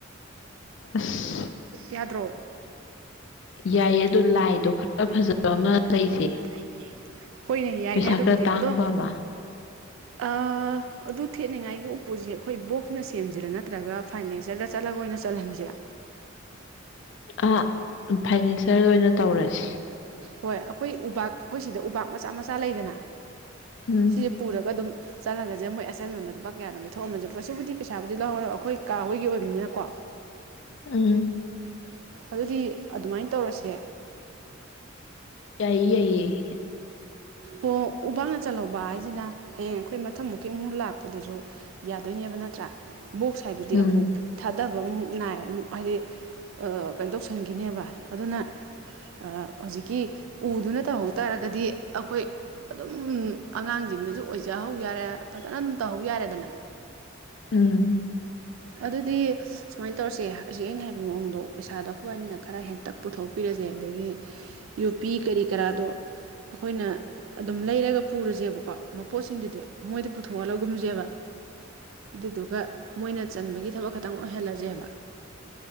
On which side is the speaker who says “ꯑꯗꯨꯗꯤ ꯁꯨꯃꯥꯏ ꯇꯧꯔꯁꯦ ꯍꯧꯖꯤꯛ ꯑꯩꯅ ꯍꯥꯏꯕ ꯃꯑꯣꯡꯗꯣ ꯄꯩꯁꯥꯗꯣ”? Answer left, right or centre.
Right